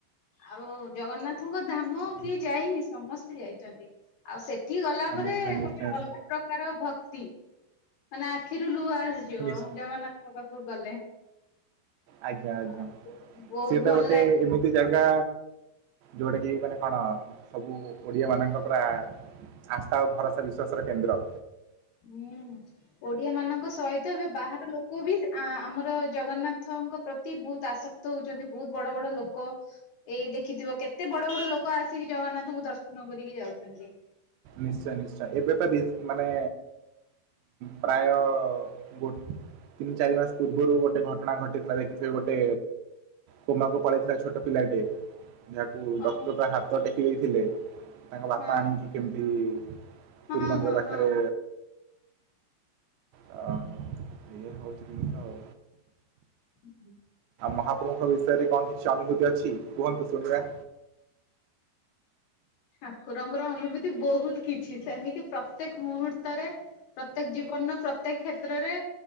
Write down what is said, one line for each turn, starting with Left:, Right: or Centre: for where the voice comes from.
Left: ଆଉ ଜଗନ୍ନାଥଙ୍କ। ଧାମ
Right: ଆଚ୍ଛା,
Left: କିଏ ଯାଇନି ସମସ୍ତେ ଯାଇଛନ୍ତି ଆଉ ସେ ଠି ଗଲା ପରେ
Right: ନିଶ୍ଚୟ ନିଶ୍ଚୟ
Left: ଗୋଟେ ଅଲଗା ପ୍ରକାର ଭକ୍ତି ମାନେ ଆଖିରୁ ଲୁ ଲୁହ ଆସିଯିବ
Right: ନିଶ୍ଚୟ।
Left: ଜଗନ୍ନାଥଙ୍କ ପାଖକୁ ଗଲେ।
Right: ଆଜ୍ଞା ଆଜ୍ଞା
Left: ଆଉ ବହୁତ
Right: ସିଏ
Left: ଭଲ
Right: ତ ଗୋଟେ
Left: ଲାଗେ
Right: ଏମିତି ଜାଗା। ଯୋଉଟା କି ମାନେ କଣ ସବୁ ଓଡିଆମାନଙ୍କ ପରା। ଆସ୍ଥା ଓ ଭରସା ବିଶ୍ଵାସର କେନ୍ଦ୍ର।
Left: ହୁଁ ଓଡିଆ ମାନଙ୍କ ସହିତ ଏବେ ବାହାର ଲୋକ ବି ଆଁ ଆମର ଜଗନ୍ନାଥ। ଙ୍କ ପ୍ରତି ବହୁତ ଆସକ୍ତ ହଉଛନ୍ତି ବହୁତ ବଡ ବଡ ଲୋକ ଏଇ ଦେଖିଥିବ କେତେ ବଡ ବଡ ଲୋକ ଆସିକି ଜଗନ୍ନାଥଙ୍କୁ ଦର୍ଶନ କରିକି ଯାଉଛନ୍ତି।
Right: ନିଶ୍ଚୟ ନିଶ୍ଚୟ ଏବେତ ବି ମାନେ। ପ୍ରାୟ ଗୋ ତିନି ଚାରି ମାସ ପୂର୍ବରୁ ଗୋଟେ ଘଟ ଘଟଣା ଘଟିଥିଲା ଦେଖିଥିବେ ଗୋଟେ କୋମାକୁ ପଳେଇଥିଲା ଛୋଟ ପିଲାଟେ। ଯାହାକୁ
Left: ଓହୋ
Right: ଡକ୍ଟର ତା ହାତ ଟେକି ଦେଇଥିଲେ ତାଙ୍କ ବାପା
Left: ହଁ
Right: ଆଣିକି। କେମିତି
Left: ହଁ
Right: ପୁରୀ ମନ୍ଦିର
Left: ହଁ
Right: ପାଖରେ।
Left: ହଁ ହଁ।
Right: ହ ଏଇୟା ହଉଛି ଜିନିଷ ଆଉ।
Left: ହୁଁ ହୁଁ।
Right: ମହାପ୍ରଭୁଙ୍କ ବିଷୟରେ କଣ କିଛି ଅନୁଭୂତି ଅଛି କୁହନ୍ତୁ ଶୁଣିବା।
Left: ଠାକୁରଙ୍କର ଅନୁଭୂତି ବହୁତ କିଛି ସେମିତି ପ୍ରତ୍ୟେକ ମୁହୂର୍ତ୍ତରେ। ପ୍ରତ୍ୟେକ ଜୀବନର ପ୍ରତ୍ୟେକ କ୍ଷେତ୍ରରେ